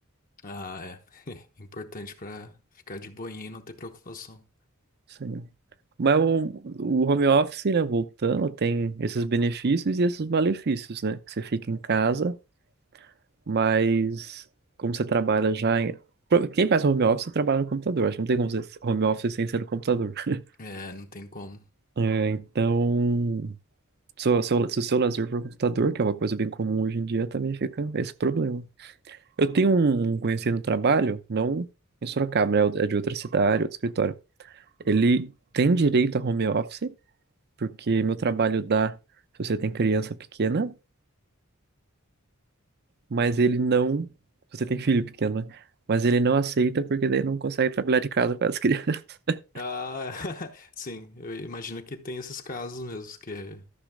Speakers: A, on the left; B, on the right.
A: Ah, é. <laughs> Importante pra ficar de boinha e não ter preocupação.
B: Sim. Mas o, o home office, né, voltando, tem esses benefícios e esses malefícios, né? Que Você fica em casa, mas como você trabalha já em... Pro- Quem faz home office trabalha no computador. Acho que não tem como fazer home office sem ser no computador. <laughs>
A: É, não tem como.
B: É, então, se o seu, se o seu lazer for o computador, que é uma coisa bem comum hoje em dia, também fica esse problema. Eu tenho um um conhecido no trabalho, não em Sorocaba, né? É de outra cidade, outro escritório. Ele tem direito a home office, porque meu trabalho dá se você tem criança pequena, mas ele não, se você tem filho pequeno, né? Mas ele não aceita porque daí não consegue trabalhar de casa com as crianças. <laughs>
A: Ah, <laughs> sim, eu imagino que tem esses casos mesmo, que